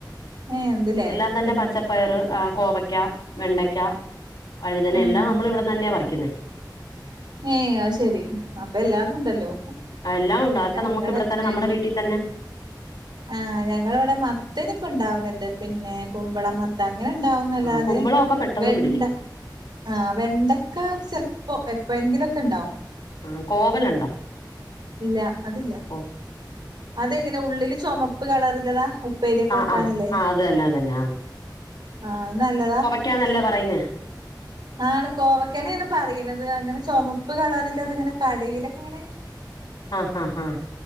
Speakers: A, on the right; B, on the left.
A: ഏഹ്. ഇണ്ട്ല്ലേ
B: എല്ലാം തന്നെ
A: ഉം
B: പച്ചപ്പയറ്, ആഹ് കോവയ്ക്ക, വെണ്ടയ്ക്ക. വഴുതനെല്ലാം
A: ഉം
B: നമ്മളിവടന്ന്യാ പറിക്കുന്നേ.
A: ഏഹ് അഹ് ശെരി അപ്പെല്ലാതുംണ്ടല്ലോ
B: ആ എല്ലാം ഉണ്ട് അതൊക്കെ
A: ഞങ്ങളെ
B: നമുക്ക് ഇവിടെ തന്നെ
A: ഞങ്ങ
B: നമ്മുടെ വീട്ടിൽ തന്നെ
A: ആഹ് ഞങ്ങളെവിടെ മത്തനിപ്പൊ ണ്ടാവ്ണ്ണ്ട് പിന്നെ കുമ്പളം മ ത്ത അങ്ങനെണ്ടാവുന്നല്ലാതെ
B: ആ കുമ്പളമൊക്കെ പെട്ടെന്ന്
A: വെണ്ട.
B: പിടിക്കും
A: ആ വെണ്ടക്ക ചെലപ്പോ എപ്പോഴെങ്കിലൊക്കെണ്ടാവും.
B: ആഹ് കോവലുണ്ടോ.
A: ഇല്ലാ അതില്ല.
B: ഓഹ്.
A: അതെങ്ങനെ ഉള്ളില് ചൊമപ്പ് കളറില്ലതാ ഉപ്പേരിയൊക്കെ
B: ആ
A: വെക്കാനല്ലേ.
B: ആ ആ അത് തന്നെ അത് തന്നെ
A: ആഹ് നല്ലതാ.
B: ക്കാ നല്ലെ പറയുന്നേ.
A: ആണ് കോവക്കന്നേണ് പറീണത് അങ്ങനെ ചുമപ്പ് കളറില്ലത് ഇങ്ങനെ കടയിലൊക്കെങ്ങനെ.
B: ആഹ് ഹാ ഹാ